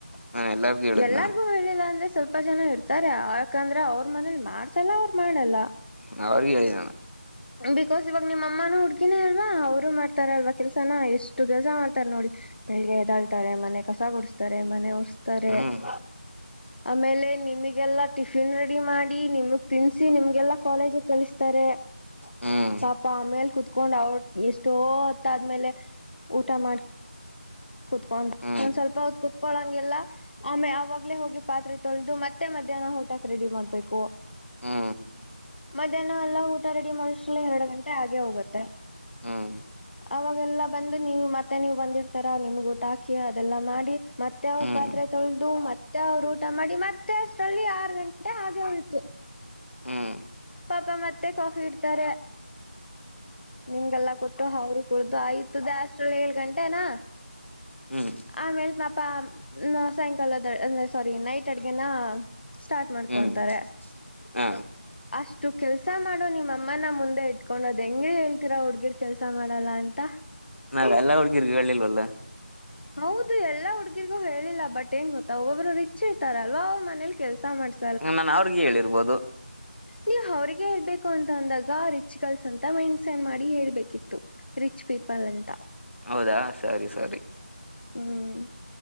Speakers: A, on the left; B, on the left.
A: ನಾನ್ ಎಲ್ಲರಿಗೂ ಹೇಳಿದ್ನ
B: ಎಲ್ಲರಿಗೂ ಹೇಳಿಲ್ಲ ಅಂದ್ರೆ. ಸ್ವಲ್ಪ ಜನ ಇರ್ತಾರೆ ಯಾಕಂದ್ರೆ ಅವ್ರ ಮನೇಲಿ ಮಾಡ್ಸಲ್ಲ ಅವ್ರು ಮಾಡಲ್ಲ
A: <inaudible>
B: ಬಿಕಾಸ್ ಇವಾಗ ನಿಮ್ಮ ಅಮ್ಮನೂ ಹುಡ್ಗಿನೇ ಅಲ್ವಾ ಅವರು ಮಾಡ್ತಾರ ಅಲ್ವಾ ಕೆಲ್ಸನ ಎಷ್ಟು ಕೆಲ್ಸ ಮಾಡ್ತಾರ ನೋಡಿ ಬೆಳಿಗ್ಗೆ ಎದಾಳ್ತಾರೆ ಮನೆ ಕಸ ಗುಡಿಸಸ್ತಾರೆ ಮನೆ ರ್ಸ್ತಾರೆ
A: ಹ್ಮ್
B: ಆಮೇಲೆ ನಿಮಗೆಲ್ಲಾ ಟಿಫಿನ್ ರೆಡಿ ಮಾಡಿ ನಿಮಗ್ ತಿನ್ ನಿಮ್ಗೆಲ್ಲಾ ಕಾಲೇಜ ಕಳಿಸ್ತಾರೆ
A: ಹ್ಮ್
B: ಪಾಪ ಆಮೇ ಕುತ್ಕೊಂಡ್ ಅವಳ ಎಷ್ಟೋ ಹೊತ್ತ ಆದ್ಮೇಲೆ ಊಟ ಮಾಡ ಕುತ್ಕೊಂಡ
A: ಹ್ಮ್
B: ಒಂದ್ ಸ್ವಲ್ಪತ್ ಕುೂತ್ಕೊಳಂಗಗೆಲ್ಲ ಆಮೆ ಆವಾಗಲೇ ಹೋಗಿ ಪಾತ್ರೆ ತೊಳೆದು ಮತ್ತೆ ಮಧ್ಯಾಹ್ನ ಓಟಕ್ ರೆಡಿ ಮಾಡ್ಬೇಕು
A: ಹಾ
B: ಮಧ್ಯಾಹ್ನ ಎಲ್ಲಾ ಊಟ ರೆಡಿ ಮಾಡಿಸ್ರಲ ಎರಡು ಗಂಟೆ ಆೆ ಹೋಗುತ್ತೆ
A: ಹ್ಮ್ ಹ್ಮ್
B: ಅವಾಗೆಲ್ಲಾ ಬಂದು ನೀವು ಮತ್ತೆ ನೀವು ಬಂದಿರ್ತಾರ ನಿಮಟಾಕಿ ಅದೆಲ್ಲ ಮಾಡಿ ಮತ್ತೆ ಅವ್ರ
A: ಹ್ಮ್
B: ಪಾತ್ರೆ ತೊಳೆದು ಮತ್ತೆ ಅವ್ರು ಊಟ ಮಾಡಿ ಮತ್ತೆ ಅಷ್ಟರಲ್ಲಿ ಆರು ಗಂಟೆ ಹಾಗೆ ಉಯತು
A: ಹ್ಮ್
B: ಪಾಪ ಮತ್ತೆ ಕಾಫಿ ಇಡ್ತಾರೆ ನಿಮ್ಗೆಲ್ಲಾ ಕೊಟ್ಟು ಅವರು ಕುಡ್ದು ಆಯ್ತ ದೇ ಅಷ್ಟ್ರಲ್ಲಿ ಏಳ್ ಗಂಟೆನಾ
A: ಹ್ಮ್
B: ಆಮೇಲ್ ಪಾಪ ಸಾಯಂಕಾಲಂದ ಸಾರಿ ನೈಟ್ ಅಡ್ಗೆನ ಸ್ಟಾರ್ಟ್ ಮಾಡ್ಕೊಂತಾರೆ
A: ಹ್ಮ್ ಹ
B: ಅಷ್ಟು ಕೆಲ್ಸ ಮಾಡೋ ನಿಮ್ಮ ಅಮ್ಮನ ಮುಂದೆ ಇಟ್ಕೊಂಡೋದ್ ಹೆಂಂಗ ಹೇಳ್ತೀರ ಹುಡ್ಗಿರ್ ಕೆಲ್ಸ ಮಾಡ ಲ್ಲ ಅಂತ
A: ನಾ ಎಲ್ಲಾ ಒಳಕ ಇಿ ವಳ್ಳಲಿವಲ್ಲ
B: ಹೌದು ಎಲ್ಲಾ ಹುಡ್ಗಿರ್ಗೂ ಹೇಳಿಲ್ಲ ಬಟ್ ಏನ್ ಗೊತ್ತಾ ಒಬ್ಬೊಬ್ರು ರಿಚ್ ಇರ್ತಾರ ಅಲ್ವಾ ಅವ್ರ ಮನೇಲಿ ಕೆಲ್ಸ ಮಾಡ್ಸ
A: ಹ ನಾನು ಅವ್ರಗ ಹೇಳಿರ್ಬೋದು
B: ನೀ್ ಅವ್ರಿಗೆ ಹೇಳ್ಬೇಕು ಅಂತ ಅಂದಾಗ ರಿಚ್ ಗರ್ಲ್ಸ್ ಅಂತ ಮೆಣ್ಸೆನ್ ಮಾಡಿ ಹೇಳ್ಬೇಕಿತ್ತು ರಿಚ್ ವಿಫಲಂತ
A: ಹೌದಾ ಸರಿ ಸರಿ
B: ಹ್ಮ್